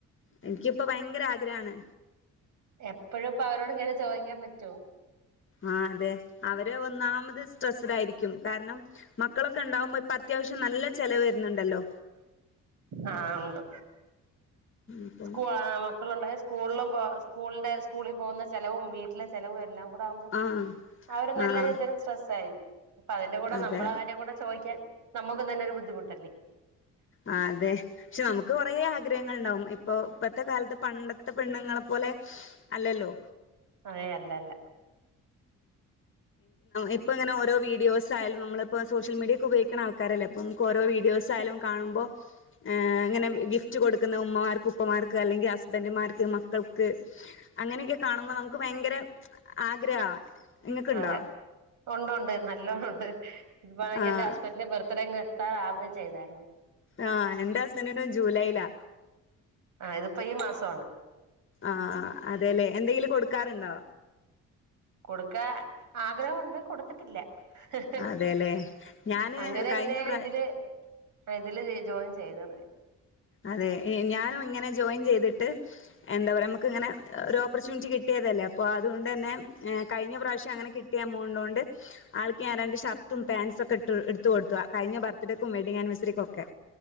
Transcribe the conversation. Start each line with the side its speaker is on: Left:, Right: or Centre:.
Left: എനിക്കിപ്പോ ഭയങ്കര ആഗ്രഹാണ്.
Right: എപ്പോഴും ഇപ്പോ അവരോട് ഇങ്ങനെ ചോദിക്കാൻ പറ്റോ.
Left: ആ അതെ അവര് ഒന്നാമത് സ്ട്രെസ്സിലായിരിക്കും കാരണം മക്കളൊക്കെ ഉണ്ടാവുമ്പോ അത്യാ വശ്യം നല്ല ചിലവ് വരുന്നുണ്ടല്ലോ.
Right: ആഹ് ഉണ്ട്
Left: അപ്പം
Right: സ്കൂ മക്കളുണ്ടായ സ്കൂളിലും പോ സ്കൂളിന്റെ സ്കൂളിൽ പോകുന്ന ചിലവും വീട്ടിലെ ചിലവും എല്ലാം. കൂടാവൂമ്പോ
Left: ആഹ്
Right: അവര് നല്ല
Left: ആഹ്
Right: രീതിൽ സ്ട്രെസ് ആയിരിക്കും അപ്പ അതിന്റെ കൂടെ
Left: അതെ
Right: നമ്മളെ കാര്യം കൂടെ ചോദിക്കാൻ. നമുക്കും തന്നെരു ബുദ്ധിമുട്ടല്ലേ.
Left: ആ അതെ പക്ഷെ നമുക്ക് കൊറേ ആഗ്രഹങ്ങൾ ഉണ്ടാവും ഇപ്പൊ ഇപ്പത്തെ കാലത്ത് പണ്ടത്തെ പെണ്ണുങ്ങളെപ്പോ ലെ അല്ലല്ലോ.
Right: അതേ അല്ല അല്ല.
Left: ഇപ്പങ്ങന ഓരോ വീഡിയോസ് ആയാലും നമ്മളിപ്പോ സോഷ്യൽ മീഡിയൊക്കെ ഉപയിക്കുന്ന ആൾക്കാരല്ലേ മ്മക്ക് ഓരോ വീഡോ ആയാലും. കാണുമ്പോ ഇങ്ങനെ ഗിഫ്റ്റ് കൊടുക്കുന്ന ഉമ്മമാർക്ക് ഉപ്പമാർക്ക് അല്ലെങ്കിൽ ഹസ്ബന്ഡുമാർക്ക് മക്കൾ. അങ്ങനെയൊക്കെ കാണുമ്പോ നമുക്ക് ഭയങ്കര ആഗ്രഹാ. ഇങ്ങക്ക്ണ്ടോ
Right: അതെ ഉണ്ട് ഉണ്ട് നല്ലോണം ഉണ്ട് ഇത്പ്പാണെങ്കിൽ
Left: ആഹ്
Right: എന്റെ ഹസ്ബൻഡിന്റെ ബർത്ത് ങ്ങെ എത്താറാവുകയും ചെയ്തായിരുന്നേ.
Left: ആഹ എന്റഹസ്ബൻഡിന്റും ജൂലൈയിലാ.
Right: ആഹ ഇതിപ്പോ ഈ മാസാണ്.
Left: ആഹ ആ അതെല്ലേ എന്തെങ്കിലും കൊടുക്കാറുണ്ടോ?
Right: കൊടുക്കാ ആഗ്രഹമുണ്ട് കൊടുത്തിട്ടില്ല. ഹ് ഹ്
Left: അതെല്ലേ ഞാന്
Right: അങ്ങനെ
Left: കഴിഞ്ഞ
Right: പിന്നെ
Left: പ്രാ
Right: ഇതില്. പ്പോ ഇതില് ജോയിൻ ചെയ്തത്.
Left: അതെ ഞാനും ഇങ്ങനെ ജോയിൻ ചെയ്തിട്ട് എന്താ പറയാ നമുക്ക് ഇങ്ങനെ ഒരു ഓപ്പർച്യൂണിറ്റി കിട്ടീ തല്ലേ അപ്പോ അതൊണ്ടന്നെ കഴിഞ്ഞ പ്രാവശ്യം അങ്ങനെ കിട്ടിയാ എമൗണ്ടോണ്ട് ആൾക്ക് ഞാൻ രണ്ട് ഷർട്ട്‌. പാൻസൊക്കെ ഇട്ത്ത് കൊടുത്തു കഴിഞ്ഞ ബർത്ത്ഡേക്കും വെഡിങ്ങ് ആനിവേഴ്സറികൊക്കെ.